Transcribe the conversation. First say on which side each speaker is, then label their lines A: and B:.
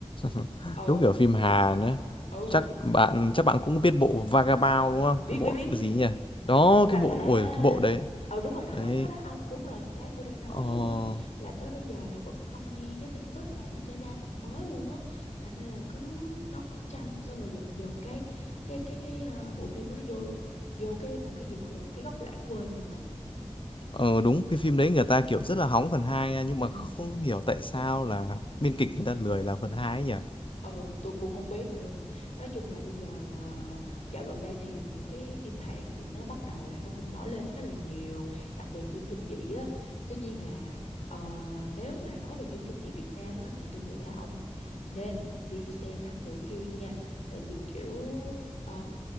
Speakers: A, on the left; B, on the left.
A: <laughs>
B: ừ
A: đúng kiểu phim hà nữa
B: ừ
A: chắc bạn chắc bạn cũng biết bộ Vagabond đúng không
B: biết
A: cái
B: biết
A: bộ
B: biết
A: gì nhỉ đó
B: và
A: cái bộ
B: à
A: ôi cái bộ đấy
B: Ừ đúng rồi, nó
A: đấy
B: đó, nó đó ông, đúng rồi, cái tôi đang nói
A: ờ,
B: luôn á là tới bây giờ là vẫn không nghe cái tin tức là nó sẽ ra tập mới luôn á. Thành ra là cứ ngóng trông xong rồi dần dần cái cái cái cái ờ, bộ phim đó nó vô vô cái một cái gì đó gọi là cái góc lãng quên luôn rồi.
A: ờ đúng cái phim đấy người ta kiểu rất là hóng phần 2 nha, nhưng
B: Ừ.
A: mà không hiểu tại sao là biên kịch người ta lười làm phần hai ấy nhỉ
B: Ừ, tôi cũng không biết nữa. Nói chung là bây giờ ờ, dạo gần đây thì những cái phim Hàn thì nó bắt đầu là nó cũng nổi lên khá là nhiều, đặc biệt là phim kinh dị á. Tuy nhiên là ờ, nếu mà nói về phim kinh dị Việt Nam á thì tôi nghĩ là ông nên đi xem Thám Tử Kiên nha. Tại vì kiểu ờ,